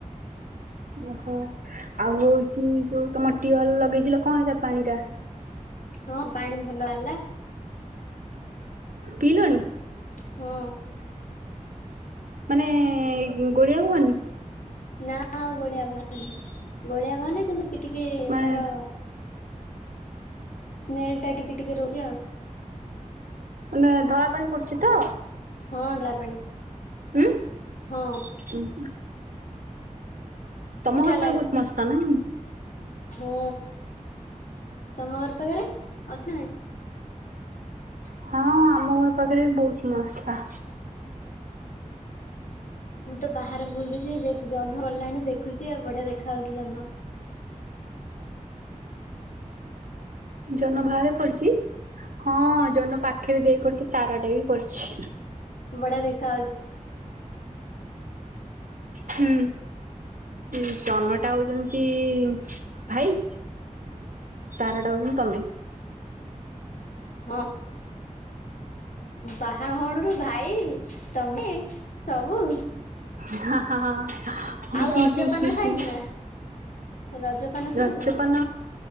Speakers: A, on the right (about 85°); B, on the left (about 75°).
A: ଓହୋ, ଆଉ ହଉଛି ଯୋଉ ତମ ଟି ଅଲ ଲଗେଇଛି କିଲ କଣ ହେଲା ପାଣି ଟା
B: ହଁ ପାଣି ଭଲ ହେଲା,
A: ପିଇଲଣି?
B: ହଁ,
A: ମାନେ ଗୋଳିଆ ହବନି
B: ନା ଆଉ ଗୋଳିଆ ବାହାରୁନି ଗୋଳିଆ ବାହାରୁନି କିନ୍ତୁ କି ଟିକେ
A: ମାନେ
B: ତାର ସ୍ମେଲ ଟା ଟିକେ ଟିକେ ରହୁଛି ଆଉ
A: ମାନେ ଧଳା ପାଣି ପଡୁଛି ତ
B: ହଁ ଧଳା ପାଣି
A: ଉଁ ଉଁ
B: ହଁ
A: ହୁଁ ତମ
B: ମିଠା
A: ବାପରେ ବହୁତ ମସଲା ନାହିଁ
B: ହୁଁ ତମ ଘର ପାଖରେ ଅଛି ନାଇଁ
A: ହଁ ଆମ ଘର ପାଖରେ ବି ବହୁତ ମସଲା
B: ମୁଁ ତ ବାହାରେ ବୁଲୁଚି ଜହ୍ନ ଗଲାଣି ଦେଖୁଛି ଆଉ ବଢିଆ ଦେଖାହ ଉଛି ଜହ୍ନ
A: ଜନ ବାହାରେ ପଡିଛି ହଁ ଜନ ପାଖରେ ଦେଖ ତାରାଟେ ବି ପଡିଛି।
B: ବଢିଆ ଦେଖା ହଉଛି।
A: ହୁଁ ସେ ଜନଟା ଆଉ ଯେମିତି ଭାଇ ତାରା ଟା ହଉଛନ୍ତି ତମେ
B: ହଁ ବାହା ହଉଣୁରୁ ଭାଇ ତମେ ସବୁ
A: ହଁ ହଁ ହଁ ହି
B: ଆଉ
A: ହି
B: ରଜପାନ
A: ହି ହି
B: ଖାଇଛୁ
A: ହି।
B: ନା ରଜପାନ ଖାଇଛୁ
A: ରଜପାନ
B: ନା